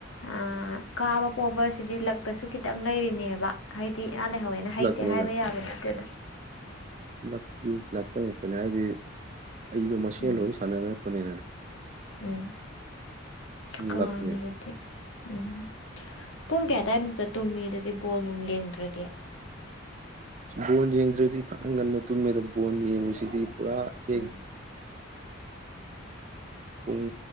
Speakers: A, on the left; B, on the right.
A: ꯑ ꯀꯥꯕ ꯄꯣꯕꯁꯤꯗꯤ ꯂꯛꯇꯁꯨ ꯈꯤꯇꯪ ꯂꯩꯔꯤꯅꯦꯕ ꯍꯥꯏꯗꯤ ꯃꯥ ꯂꯩꯍꯧꯋꯦ ꯍꯩꯇꯦ
B: ꯂꯛꯅꯦ
A: ꯍꯥꯏꯕ ꯌꯥꯕ ꯅꯠꯇꯦꯗ
B: ꯂ ꯂꯥꯛꯇ ꯉꯥꯛꯇꯅ‌ꯦ ꯍꯥꯏꯗꯤ ꯍꯩꯕ ꯃꯁꯦꯟ
A: ꯎꯝ
B: ꯂꯣꯏ ꯁꯥꯟꯅꯔꯛꯄꯅꯤꯅꯅꯦ
A: ꯎꯝ ꯁꯀꯥꯟꯖꯗꯤ
B: ꯂꯛꯅꯦ
A: ꯎꯝ ꯄꯨꯡ ꯀꯌꯥ ꯑꯗꯥꯏꯃꯨꯛꯇ ꯇꯨꯝꯃꯤ ꯑꯗꯨꯗꯤ ꯕꯣꯜ ꯅꯨꯡ ꯌꯦꯡꯗ꯭ꯔꯗꯤ
B: ꯕꯣꯜ ꯌꯦꯡꯗ꯭ꯔꯗꯤ ꯐꯅ ꯉꯟꯅ ꯇꯨꯝꯃꯦꯗ ꯕꯣꯟ ꯌꯦꯡꯕꯁꯤꯗꯤ ꯄꯨꯔꯥ ꯊꯦꯡꯉꯤ
A: ꯎꯝ
B: ꯄꯨꯡ